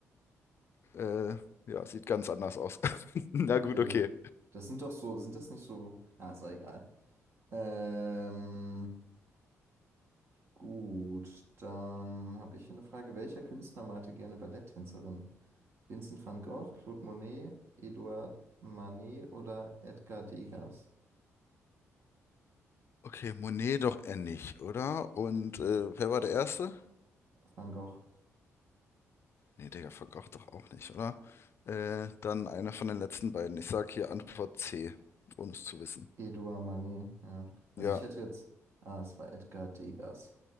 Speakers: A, on the left; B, on the right.
A: Äh, ja, sieht ganz anders aus. <laughs> Na
B: okay.
A: gut, okay.
B: Das sind doch so. Sind das nicht so. Ah, ist auch egal. Ähm, gut, dann habe ich hier eine Frage. Welcher Künstler malte gerne Balletttänzerin? Vincent van Gogh, Claude Monet, Edouard Manet oder Edgar Degas?
A: Okay, Monet doch eher nicht, oder? Und äh, wer war der Erste?
B: Van Gogh.
A: Nee, Digga, Van Gogh doch auch nicht, oder? Äh, dann einer von den letzten beiden. Ich sag hier Antwort C, ohne es zu wissen.
B: Edouard Manet, ja. Also
A: Ja,
B: ich hätte jetzt, ah, es war Edgar Degas.